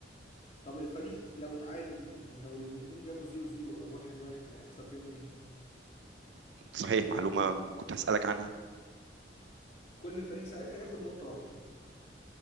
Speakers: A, on the left (about 30°); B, on the right (about 70°).
A: طب الفريق لو اتعادل يعني لو الاتنين جابوا زيرو زيرو او واحد واحد هيحصل فيهم ايه
B: صحيح معلومه كنت هسالك عنها
A: كل فريق ساعتها هياخد نقطة واحدة